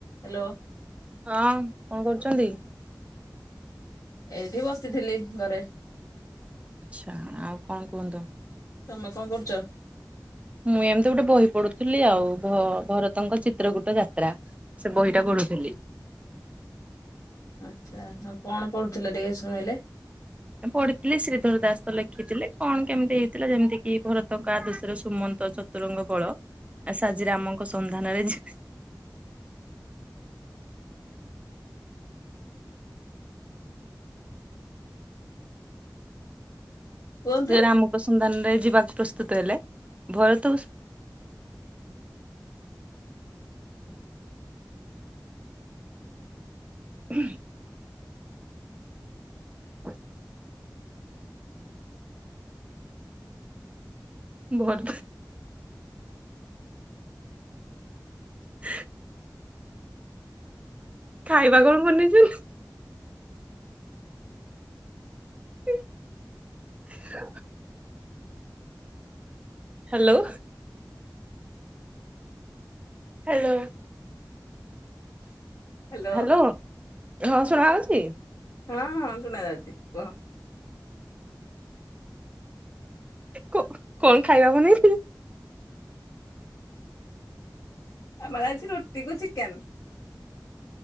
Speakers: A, on the left; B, on the right.
A: Hello.
B: ହଁ କଣ କରୁଛନ୍ତି?
A: ଏଇଠି ବସିଥିଲି ଘରେ।
B: ଆଚ୍ଛା ଆଉ କଣ କୁହନ୍ତୁ।
A: ତମେ କଣ କରୁଚ?
B: ମୁଁ ଏମିତି ଗୋଟେ ବହି ପଢୁଥିଲି ଆଉ ଭ ଭରତଙ୍କ ଚିତ୍ରକୂଟ ଯାତ୍ରା। ସେ ବହିଟା ପଢୁଥିଲି।
A: ଆଚ୍ଛା ଆଉ କଣ ପଢୁଥିଲେ ଟିକେ ସୁଣେଇଲେ।
B: ପଢିଥିଲି ଶ୍ରୀଧର ଦାସ ତ ଲେଖିଥିଲେ କଣ କେମିତି ହେଇଥିଲା ଯେମିତି କି ଭରତଙ୍କ ଆଦର୍ଶରେ ସୁମନ୍ତ ଚ ତୁରଙ୍ଗ ବଳ ଆ ସାଜିରାମଙ୍କ ସନ୍ଧାନରେ ଯେ
A: କୁହନ୍ତୁ
B: ରାମଙ୍କ ସନ୍ଧାନରେ ଯିବାକୁ ପ୍ରସ୍ତୁତ ହେଲେ ଭରତ ହୁଁ। ହଁ ବହତ ହ ଖାଇବା କଣ ବନେଇଛ? <inaudible> ହାଲୋ। Hello
A: hello
B: hello. ହଁ ଶୁଣା ଯାଉଚି।
A: ହଁ ହଁ ଶୁଣା ଯାଉଚି କୁହ।
B: କୋ କଣ ଖାଇବା ବନେଇ ଥିଲେ।
A: ଆମର ଆଜି ରୁଟି କୁ ଚିକେନ।